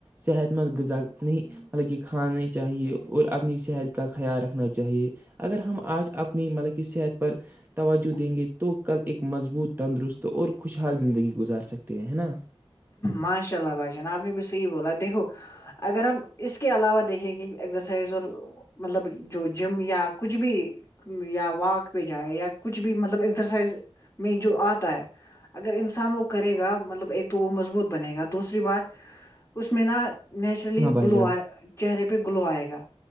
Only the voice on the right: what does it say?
صحت مند غذا نہیں حالانکہ کھانے چاہیے اور اپنی صحت کا خیال رکھنا چاہیے اگر ہم آج اپنی مطلب کہ صحت پر توجہ دیں گے تو کل ایک مضبوط تندرست اور خوشحال زندگی گزار سکتے ہیں ہے نا
ہاں بھائی
جان